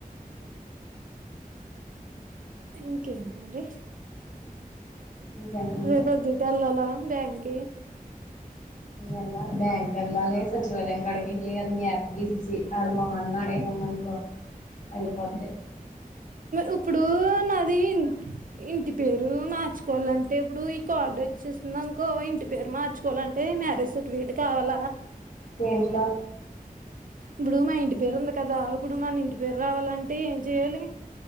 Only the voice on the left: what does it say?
ఇంకేముంది
ఎల్లా బ్యాంక్ ఎల్లాలి సచివాలయం కడకిళ్లి అన్నిఅప్పగేసేసి ఆడి మొహం నా ఐహోమ్ అనుకో అయిపొద్ది
దేంట్లో